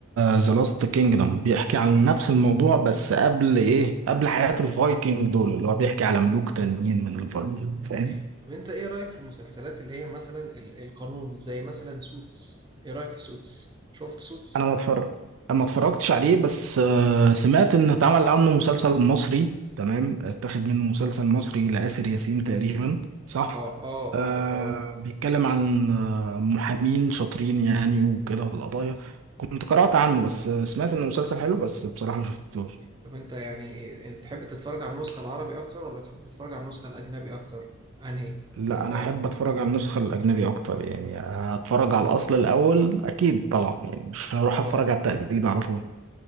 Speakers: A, on the right; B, on the right.
A: ذا لاست كينجدم بيحكي عن نفس الموضوع بس قبل ايه قبل حياة الفايكنج دول اللي هو بيحكي على ملوك تانيين من الفايكنج
B: مم.
A: فاهم
B: طب انت ايه رأيك في المسلسلات اللي هي مثلا ال- القانون زي مثلا سوتس ايه رأيك في سوتس شفت سوتس
A: انا ما اتفرج ما اتفرجتش عليه بس آه، سمعت ان اتعمل عنه مسلسل مصري تمام اتاخد منه مسلسل مصري لآسر ياسين تقريبا صح
B: اه اه
A: آه
B: اه اه
A: بيتكلم عن آه، محامين شاطرين يعني وكده والقضايا كنت قرأت عنه بس آه، سمعت انه مسلسل حلو بس بصراحة ما شفتوش
B: طب انت يعني إيه- انت تحب تتفرج على النسخة العربي اكتر ولا تحب تتفرج على النسخة الاجنبي اكتر انهي
A: لا
B: تختار
A: انا احب اتفرج على النسخة الأجنبي اكتر يعني اتفرج على الأصل الأول اكيد طبعا يعني مش هروح
B: اه
A: اتفرج على التقليد على طول